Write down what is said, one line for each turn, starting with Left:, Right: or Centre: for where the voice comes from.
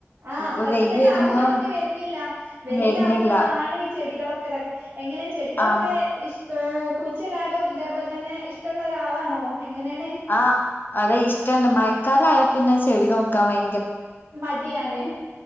Right: ആഹ്
Left: ഇപ്പൊ
Right: ശ്രദ്ധിക്കേണ്ട
Left: വെയില് വരുമ്പോ
Right: ആവശ്യമ്മക്ക് വര്ന്നില്ല. വെയിലാകുമ്പളാണ്
Left: വരുന്നില്ല
Right: ഈ ചെടികളൊക്കെ ഇതാക്ക എങ്ങനെ ചെടികളൊക്കെ
Left: ആ
Right: ഇഷ് ഏ കുഴിച്ചിടാനും അതേപോൽ തന്നെ ഇഷ്ടള്ള ഒരാളാണോ എങ്ങനേണ്.
Left: ആഹ് അതെ ഇഷ്ടണ്ട് മഴക്കാലായാൽ പിന്നെ ചെടി നോക്കാൻ ഭയ
Right: മടിയാണ്